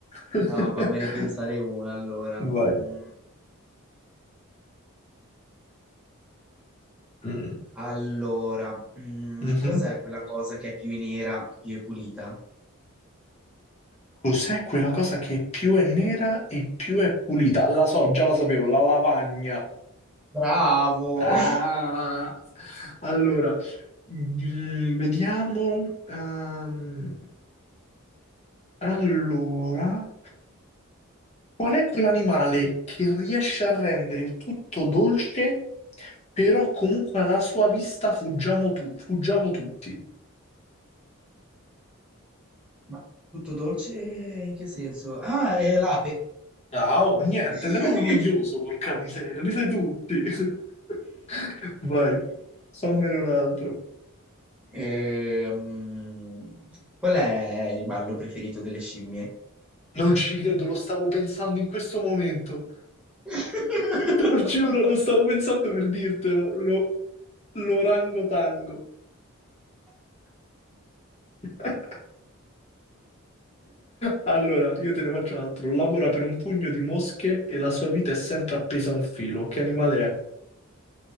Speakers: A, on the left; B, in the centre.
A: <laughs>
B: Ah, fammene pensare una allora.
A: Vai.
B: Mm,
A: Mm,
B: allora, mm,
A: mhm.
B: cos'è quella cosa che è più nera, più è pulita?
A: Cos'è quella cosa che più è nera e più è pulita? La so, già la sapevo, la lavagna.
B: Bravo!
A: Ah!
B: <laughs>
A: Allora, mm, vediamo. ehm, allora. Qual è quell'animale che riesce a rendere tutto dolce, però comunque alla sua vista fuggiamo, tu- fuggiamo tutti?
B: Ma tutto dolce in che senso? Ah, è l'ape.
A: Ciao, niente,
B: <laughs>
A: sei proprio noioso, porca miseria, li sai tutti. <laughs> Vai, fammene un altro.
B: Ehm, qual è il ballo preferito delle scimmie?
A: Non ci credo, lo stavo pensando in questo momento.
B: <laughs>
A: Te lo giuro, lo stavo pensando per dirtelo, lo, l'orangotango. <laughs> Allora, io te ne faccio un altro. Lavora per un pugno di mosche e la sua vita è sempre appesa a un filo. Che animale è?